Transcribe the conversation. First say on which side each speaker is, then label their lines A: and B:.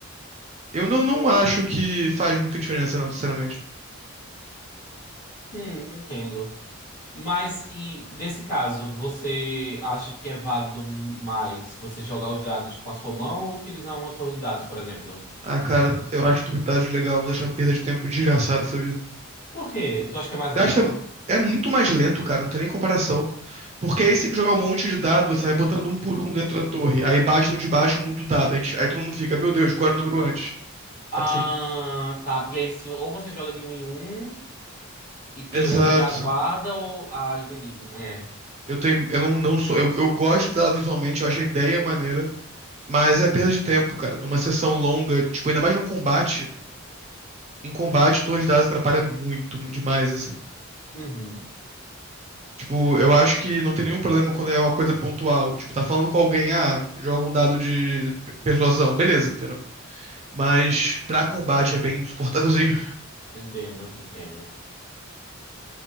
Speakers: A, on the right; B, on the left.
A: eu não, não acho que faz muita diferença, não, sinceramente.
B: hum, entendo. Mas e nesse caso, você acha que é válido mais você jogar os dados com a sua mão ou utilizar uma torre de dados, por exemplo?
A: Ah, cara, eu acho Torridade legal, mas acho uma perda de tempo desgraçada, sabe?
B: Por quê? Tu acha que é mais
A: Gasta.
B: lento?
A: É muito mais lento, cara, não tem nem comparação. Porque aí você tem que jogar um monte de dado, você vai botando um por um dentro da torre. Aí bate no de baixo, muda o dado. Aí, a gente- aí todo mundo fica, meu Deus, qual era o número antes?
B: Ah,
A: Assim,
B: tá. Porque aí se- ou você joga de um em um e tira
A: exato.
B: o resultado, já guarda, ou. Ah, entendi. É.
A: Eu tenho. Eu não, não sou. Eu, eu gosto dela visualmente, eu acho a ideia maneira. Mas é perda de tempo, cara. Numa sessão longa, tipo, ainda mais num combate. Em combate, torres dadas atrapalha muito, mu- demais, assim.
B: Uhum.
A: Tipo, eu acho que não tem nenhum problema quando é uma coisa pontual. Tipo, tá falando com alguém, ah, joga um dado de pe- persuasão. Beleza, entendeu? Mas pra combate é bem insuportávelzinho.
B: Entendo, entendo.